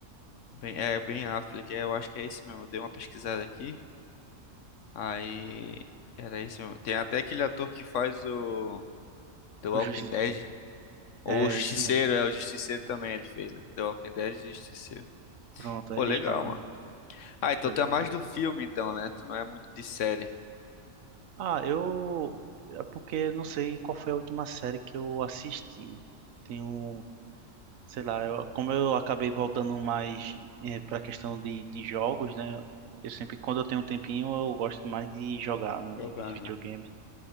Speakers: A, on the left; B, on the right.
A: Bem, é bem Affleck, é, eu acho que é esse mesmo. Eu dei uma pesquisada aqui. Aí era esse mesmo. Tem até aquele ator que faz o The Walking
B: o justiça.
A: Dead. Ou
B: É
A: o Justiceiro,
B: isso mesmo.
A: é o Justiceiro também ele fez, né? The Walking Dead e Justiceiro.
B: Pronto,
A: Pô,
B: aí eles
A: legal,
B: fazem.
A: mano. Ah, então
B: foi
A: tu é mais
B: da hora.
A: do filme, então, né? Tu não é muito de série.
B: Ah, eu. É porque eu não sei qual foi a última série que eu assisti. Tenho. Sei lá, eu, como eu acabei voltando mais é, pra questão de, de jogos, né? Eu sempre, quando eu tenho um tempinho, eu gosto mais de jogar no-
A: Jogar,
B: nos videogames.
A: né?